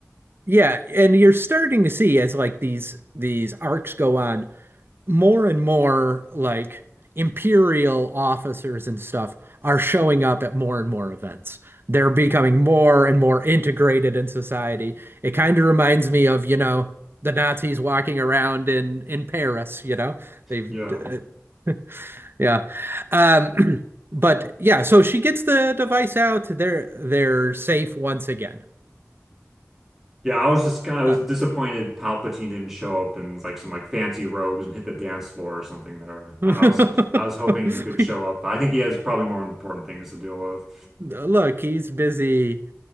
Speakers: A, on the right; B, in the centre.
A: Yeah, and you're starting to see as like these these arcs go on, more and more like imperial officers and stuff are showing up at more and more events. They're becoming more and more integrated in society. It kind of reminds me of, you know, the Nazis walking around in in Paris, you know. They've
B: Yeah.
A: uh, <laughs> yeah. Um <clears throat> but yeah, so she gets the device out. They're they're safe once again.
B: Yeah, I was just kind of, I was
A: Uh,
B: disappointed Palpatine didn't show up in like some like fancy robes and hit the dance floor or something there.
A: <laughs>
B: I I was I was hoping he could show up. I think he has probably more important things to deal with.
A: look, he's busy